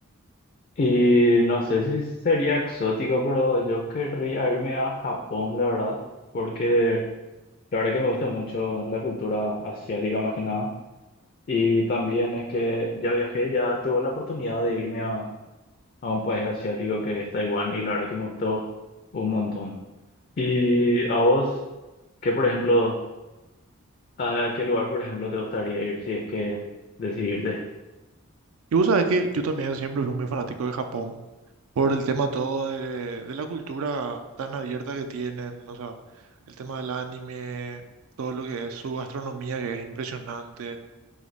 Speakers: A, on the left; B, on the right.
A: Y no sé si sería exótico, pero yo querría irme a Japón, la verdad, porque la verdad que me gusta mucho la cultura asiática más que nada. Y también es que ya viajé, ya tuve la oportunidad de irme a, a un país asiático que es Taiwán y la verdad que me gustó un montón. ¿Y a vos, qué por ejemplo, a, a qué lugar por ejemplo te gustaría ir si es que decidirte?
B: Y vos sabés que yo también siempre fui muy fanático de Japón por el tema todo de, de la cultura tan abierta que tienen, o sea, el tema del anime, todo lo que es su gastronomía que es impresionante.